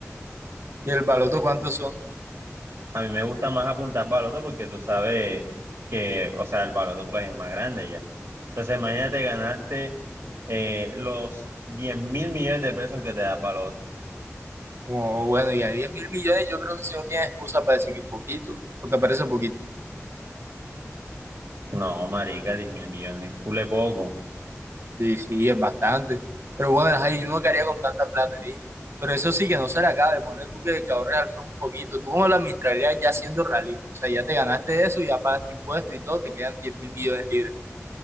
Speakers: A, on the right (about 55°); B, on the right (about 75°).
A: ¿Y el baloto cuánto son?
B: A mí me gusta más apuntar baloto porque tú sabes que, o sea, el baloto pues es más grande ya. Entonces, imagínate ganarte eh, los diez mil millones de pesos que te da el baloto.
A: Como, bueno, y a diez mil millones yo creo que si no tienes excusa para decir que es poquito, o te parece poquito.
B: No, marica, diez mil millones es cule poco.
A: Sí, sí, es bastante. Pero bueno, ahí uno que haría con tanta plata ahí. Pero eso sí que no se le acaba de tú que, que ahorres al menos un poquito. Tú como la administrarías ya siendo realista. O sea, ya te ganaste eso, ya pagaste impuestos y todo, te quedan diez mil millones libres.